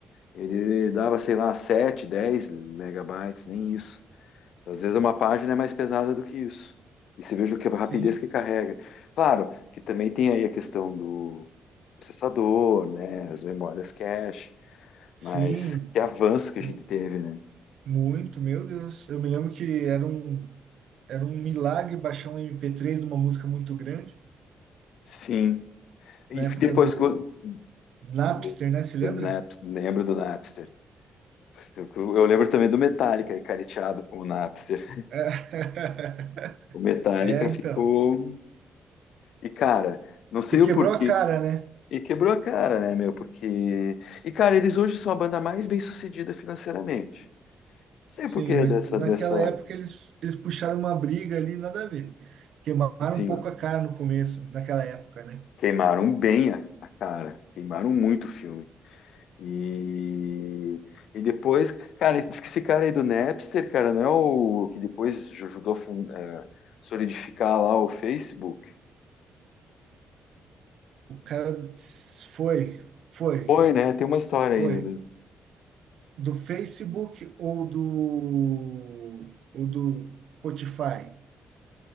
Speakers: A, on the left; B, on the right.
A: ele dava, sei lá, 7, 10 megabytes, nem isso. Às vezes uma página é mais pesada do que isso. E você veja o que a rapidez
B: Sim,
A: que carrega. Claro que também tem aí a questão do processador, né? As memórias cache,
B: sim.
A: mas que avanço que
B: Mu-
A: a gente teve, né?
B: Muito, meu Deus. Eu me lembro que era um, era um milagre baixar um MP3 de uma música muito grande,
A: Sim. E
B: na época
A: depois
B: do
A: que eu,
B: Napster,
A: do,
B: né? Se lembra?
A: do Nap- lembro do Napster. Eu, eu lembro também do Metallica, careteado com o Napster.
B: É, <laughs>
A: O Metallica
B: é,
A: ficou.
B: então.
A: E, cara, não sei
B: E quebrou
A: o porquê
B: a cara, né?
A: E quebrou a cara, né, meu? Porque. E, cara, eles hoje são a banda mais bem-sucedida financeiramente. Não sei
B: Sim,
A: por que
B: mas
A: dessa,
B: naquela
A: dessa.
B: época eles, eles puxaram uma briga ali, nada a ver. Queimaram
A: Sim,
B: um pouco a cara no começo, naquela época, né?
A: queimaram bem a, a cara. Queimaram muito o filme. E. E depois, cara, diz que esse cara aí do Napster, cara, não é o que depois ajudou a fun- eh, solidificar lá o Facebook?
B: O cara s- foi, foi,
A: Foi, né? Tem uma história
B: foi
A: aí.
B: do Facebook ou do ou do Spotify.